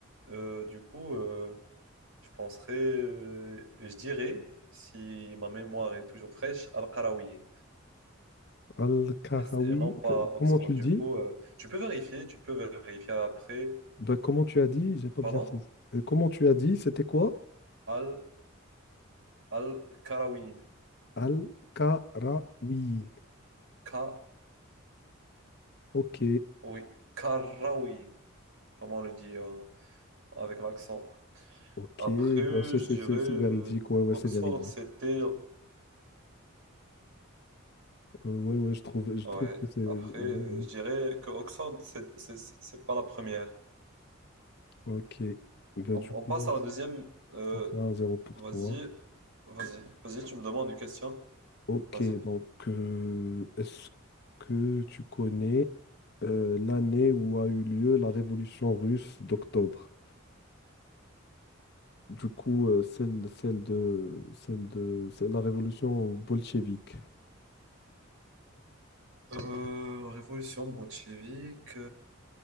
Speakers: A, on the right; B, on the left.
A: Euh, du coup, euh, je penserais, euh, je dirais, si ma mémoire est toujours fraîche, Al-Qarawiyyin.
B: Al-Karawi,
A: et c- et non pas
B: que-
A: Oxford.
B: comment tu
A: Du
B: le dis?
A: coup, euh, tu peux vérifier, tu peux vérifier après.
B: Bah, comment tu as dit? J'ai pas
A: Pardon?
B: bien saisi. Euh, Comment tu as dit? C'était quoi?
A: Al, Al Karawin.
B: Al-Qarawiyyin.
A: Ka,
B: Ok,
A: oui, Karawin. Comment on le dit euh, avec l'accent?
B: ok.
A: Après,
B: Bah, c'est
A: je
B: c'est-
A: dirais
B: c'est-
A: euh,
B: c'est véridique. Ouais, ouais,
A: Oxford,
B: c'est véridique.
A: c'était.
B: Euh, ouais, ouais, je trouve, je
A: Ouais,
B: trouve que c'est. Ouais,
A: après, euh,
B: ouais.
A: je dirais que Oxford, c'est c'est- c'est pas la première.
B: Ok. Bah,
A: On,
B: du
A: on
B: coup,
A: passe à la deuxième. euh,
B: ça fait un zéro pour
A: vas-y,
B: toi.
A: vas-y, vas-y, tu me demandes une question.
B: Ok,
A: Vas-y.
B: donc, euh, est-ce que tu connais euh, l'année où a eu lieu la révolution russe d'octobre? Du coup, euh, celle, celle de, celle de, c'est la révolution bolchevique.
A: Euh, révolution bolchevique.